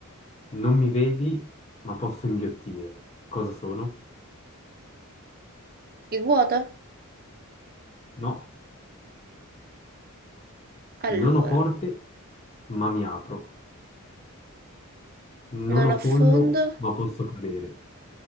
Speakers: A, on the left; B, on the right.
A: Non mi vedi, ma posso inghiottire. Cosa sono?
B: Il vuoto?
A: No,
B: Allora,
A: non ho porte, ma mi apro. Non
B: non
A: ho
B: ho
A: fondo,
B: fondo,
A: ma posso cadere.